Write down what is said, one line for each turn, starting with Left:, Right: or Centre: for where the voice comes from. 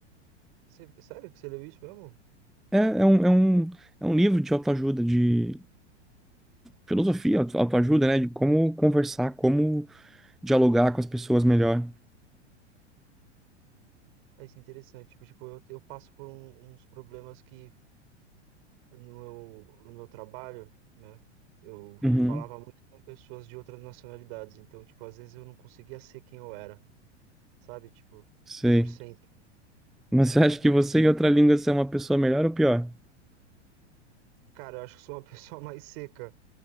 Right: Você- sério que você leu isso mesmo?
Centre: É, é um, é um, é um livro de autoajuda, de filosofia, auto- autoajuda, né? De como conversar, como dialogar com as pessoas melhor.
Right: É isso é interessante. Tipo, tipo, eu, eu passo por um- uns problemas que no meu, no meu trabalho, né? Eu
Centre: Uhum,
Right: falava muito com pessoas de outras nacionalidades. Então, tipo, às vezes eu não conseguia ser quem eu era, sabe? Tipo,
Centre: sei.
Right: cem por cento.
Centre: Mas você acha
Right: E,
Centre: que você em outra língua você é uma pessoa melhor ou pior?
Right: cara, eu acho que sou uma <laughs> pessoa mais seca,